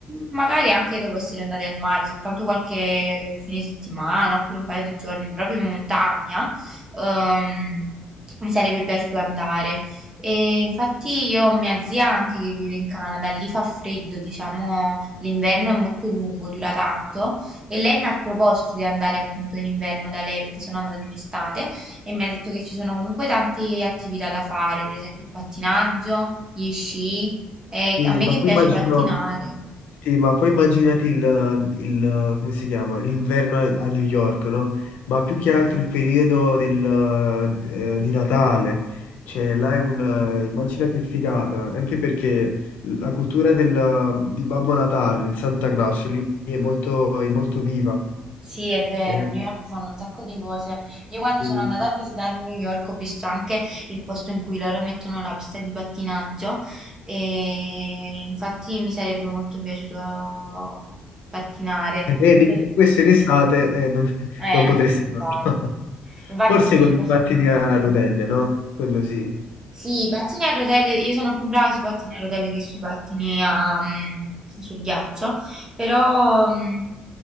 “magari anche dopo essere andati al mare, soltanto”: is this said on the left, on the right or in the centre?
Right